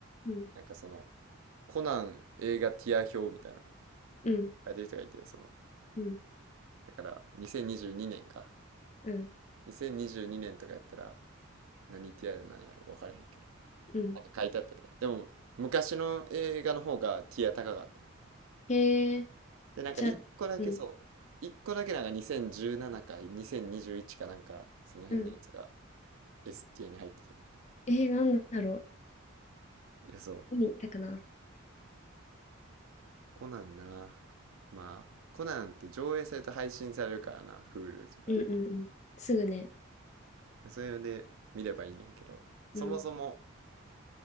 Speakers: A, on the left; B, on the right.
A: うん。
B: なんかその、コナン映画ティア表みたいな、
A: うん。
B: 書いてる人がいて、その、
A: うん。
B: だから、2022年か。
A: うん。
B: 2022年とかやったら、何ティアなんやろ、分からへんけど。
A: うん。
B: なんか書いてあったで。でも、昔の映画の方がティア高かった。
A: へえ、
B: で、なんか一個だけそう、
A: じゃあ、うん。
B: 一個だけなんか2017か2021かなんか、その辺のやつが
A: うん。
B: S ティアに入ってたけど。
A: えー、なんだろう。
B: いや、そう。
A: 何にったかな。
B: コナンな。まあ、コナンって上映されて配信されるからな、Hulu とかで。
A: うんうんうん。すぐね。
B: それで見ればいいねんけど、そもそも
A: うん、